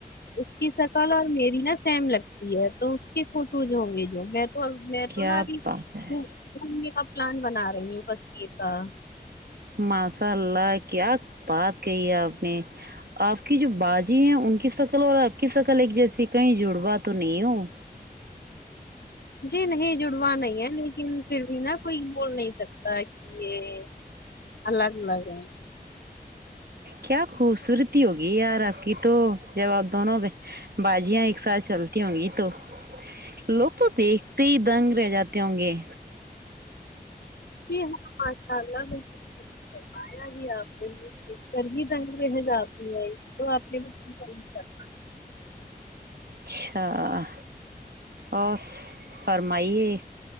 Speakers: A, on the left; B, on the right.
A: اس کی شکل اور میری نا سیم لگتی ہے تو اس کے فوٹوز ہوں گے جو میں تو میں تو
B: کیا
A: نا ابھی
B: بات ہے
A: گھومنے کا پلان بنا رہی ہوں کبے کا
B: ماشاء اللہ کیا بات کہی ہے آپ نے آپ کی جو باجی ہیں ان کی شکل اور آپ کی شکل ایک جیسی کہیں جوڑا تو نہیں ہو
A: جی نہیں جڑوا نہیں ہے لیکن پھر بھی نا کوئی بول نہیں سکتا ہے کہ یہ الگ الگ ہے
B: کیا خوبصورتی ہوگی یار آپ کی تو جب آپ دونوں باجیاں ایک ساتھ چلتی ہوں گی تو لوگ تو دیکھتے ہی دنگ رہ جاتے ہوں گے
A: جی ہاں ماشاءاللہ کروایا ہی آپ نے سر بھی تنگ محن آتی ہے تو آپ نے کہا
B: اچھا اور فرمائیے